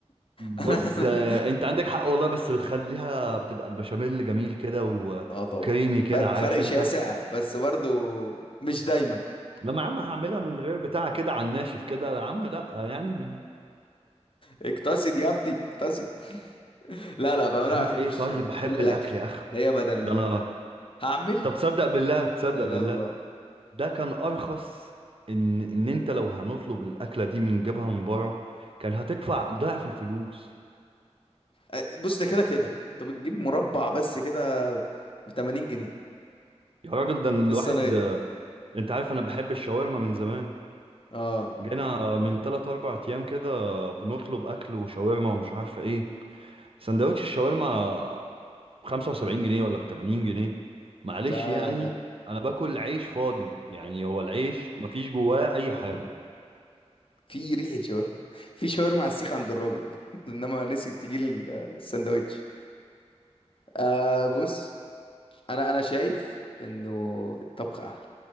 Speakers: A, on the right; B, on the left.
A: بص
B: <laughs>
A: آه، انت عندك حق والله بس بتخليها بتبقى البشاميل جميل كده و...
B: اه طبعا
A: وكريمي كده
B: فرق
A: عارف
B: فرق
A: انت
B: شاسع بس برضو مش دايما
A: لما يا عم هعملها من غير بتاع كده على الناشف كده يا عم لا يعني
B: اقتصد يا ابني اقتصد لا لا بقى انا
A: عملت
B: ما بحبش
A: ايه طيب
B: الا
A: بحب
B: الاكل
A: الاكل يا اخو
B: هي بدل
A: ده انا
B: هعمل
A: طب تصدق بالله تصدق
B: لا
A: بالله
B: لا لا
A: ده كان ارخص ان ان انت لو هنطلب الاكله دي من جبهه من بره كان هتدفع ضعف الفلوس
B: أ- بص ده كده كده انت بتجيب مربع بس كده ب 80 جنيه
A: يا راجل ده
B: من
A: الواحد
B: الصينيه
A: انت عارف انا بحب الشاورما من زمان
B: اه
A: جينا من 3 4 ايام كده بنطلب اكل وشاورما ومش عارفه ايه سندوتش الشاورما 75 جنيه ولا ب 80 جنيه معلش
B: ده
A: يعني انا باكل عيش فاضي يعني هو العيش مفيش جواه اي حاجه
B: في ريحه شاورما <laughs> في شاورما على السيخ عند الراجل <laughs> انما نسي تجيلي الساندوتش آه بص انا انا شايف انه الطبخ احلى